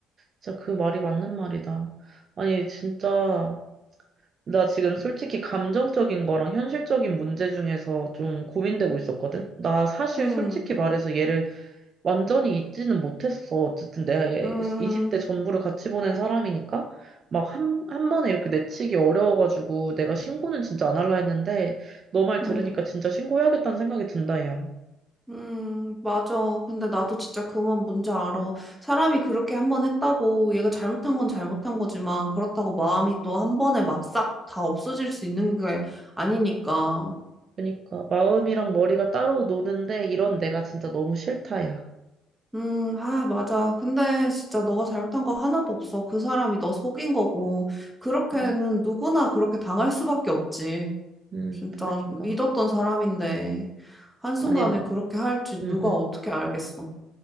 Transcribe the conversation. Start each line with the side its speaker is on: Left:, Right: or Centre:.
Right: 진짜 그 말이 맞는 말이다. 아니 진짜. 나 지금 솔직히 감정적인 거랑 현실적인 문제 중에서 좀 고민되고 있었거든? 나 사실
Centre: 음,
Right: 솔직히 말해서 얘를 완전히 잊지는 못했어. 어쨌든 내
Centre: 음,
Right: 20대 전부를 같이 보낸 사람이니까 막 한, 한 번에 이렇게 내치기 어려워가지고 내가 신고는 진짜 안 할라 했는데 너 말
Centre: 음.
Right: 들으니까 진짜 신고해야겠다는 생각이 든다, 야.
Centre: 음, 맞아. 근데 나도 진짜 그건 뭔지 알아. 사람이 그렇게 한 번 했다고 얘가 잘못한 건 잘못한 거지만 그렇다고 마음이 또 한 번에 막 싹 다 없어질 수 있는 게 아니니까.
Right: 그러니까 마음이랑 머리가 따로 노는데 이런 내가 진짜 너무 싫다, 야.
Centre: 음, 아, 맞아. 근데 진짜 너가 잘못한 거 하나도 없어. 그 사람이 너 속인 거고. 그렇게는
Right: 음,
Centre: 누구나 그렇게 당할 수밖에 없지.
Right: 음,
Centre: 진짜
Right: 그러니까.
Centre: 믿었던 사람인데 한순간에
Right: 아니, 음,
Centre: 그렇게 할지
Right: 음.
Centre: 누가 어떻게 알겠어.